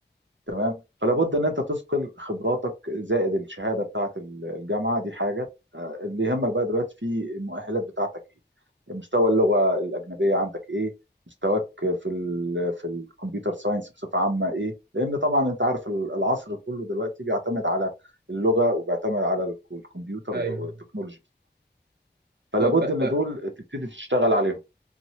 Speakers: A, on the right (about 85°); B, on the right (about 60°).
A: تمام فلا بد ان انت تثقل خبراتك زائد الشهاده بتاعه ال- الجامعه دي حاجه آه، اللي يهمك بقى دلوقتي في المؤهلات بتاعتك ايه مستوى اللغه الاجنبيه عندك ايه مستواك في ال في الكمبيوتر ساينس بصفه عامه ايه لان طبعا انت عارف ال- العصر كله دلوقتي بيعتمد على اللغه وبيعتمد على الك- الكمبيوتر
B: ايوه
A: والتكنولوجي فلا
B: طيب
A: بد
B: بقى
A: ان دول
B: طب
A: تبتدي تشتغل عليهم